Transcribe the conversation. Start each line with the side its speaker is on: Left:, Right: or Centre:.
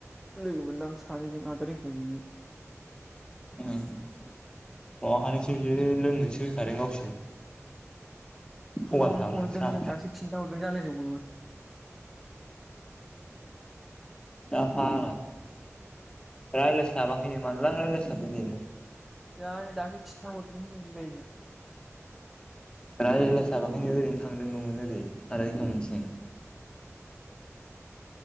Centre: लोगो मोनदां? सानैजों आदा <unintelligible>
Left: ओम मबाखादोंसो बियो लोंनोसो यादों गावसोर थगायफ्लाबाय
Centre: फन हरदोंनो
Left: साला
Centre: दासों खिनथा हरदों। <unintelligible>
Left: आफाग्ला रायज्लायसाबाखैनो मालला रायज्लायसाबखो दे नों
Centre: <unintelligible> दासो खिथा हरदो। <unintelligible>
Left: रायज्लायसाबाखैनो ओरैनो थांदोंल'मोन ओरैनो <unintelligible>